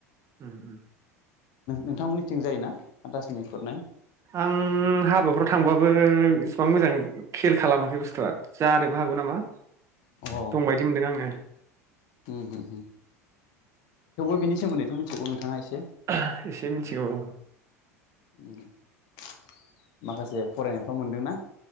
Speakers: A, on the right; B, on the left.
A: उम उम
B: नोंथांमोननिथिं जायोना हाथासुनि खुरनाय?
A: आं हाबाफ्राव थांबाबो इसिबां मोजां खेल खालामाखै बुस्थुआ जानोबो हागौ नामा।
B: अ <inaudible> उम
A: दंबायदि मोनदों आङो
B: उम उम। <inaudible> थेवबो बिनि सोमोन्दैथ' मिथिगौ नोंथाङा एसे
A: <unintelligible> एसे मिथिगौ औ
B: उम <inaudible> माखासे फरायनायफ्राव मोनदोंना?